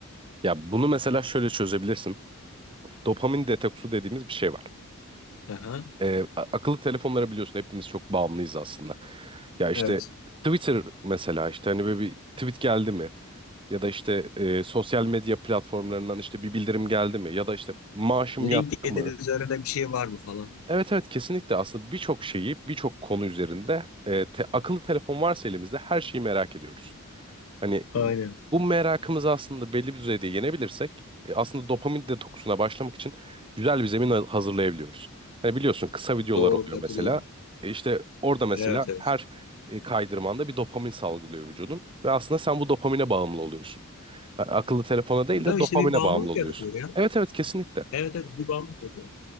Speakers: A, on the right; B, on the left.
A: Ya bunu mesela şöyle çözebilirsin. Dopamin detoksu dediğimiz bir şey var.
B: Aha,
A: Ee, a- akıllı telefonlara biliyorsun hepimiz çok bağımlıyız aslında. Ya işte
B: evet.
A: Twitter mesela işte hani böyle bir tweet geldi mi? Ya da işte e, sosyal medya platformlarından işte bir bildirim geldi mi? Ya da işte maaşım
B: LinkedIn
A: yattı mı?
B: üzerinde bir şey var mı falan.
A: Evet evet kesinlikle aslında birçok şeyi birçok konu üzerinde e, te- akıllı telefon varsa elimizde her şeyi merak ediyoruz. Hani
B: Aynen.
A: m, bu merakımızı aslında belli bir düzeyde yenebilirsek e, aslında dopamin detoksuna başlamak için güzel bir zemin ha- hazırlayabiliyoruz. Hani biliyorsun kısa videolar
B: Doğru
A: oluyor
B: katılıyorum.
A: mesela. E, işte orada mesela
B: Evet evet.
A: her e, kaydırmanda bir dopamin salgılıyor vücudun ve aslında sen bu dopamine bağımlı oluyorsun. Yani akıllı telefona değil
B: Değil
A: de
B: mi?
A: dopamine
B: işte bir bağımlılık
A: bağımlı oluyorsun.
B: yaratıyor ya.
A: Evet evet kesinlikle.
B: Evet evet bir bağımlılık yapıyor.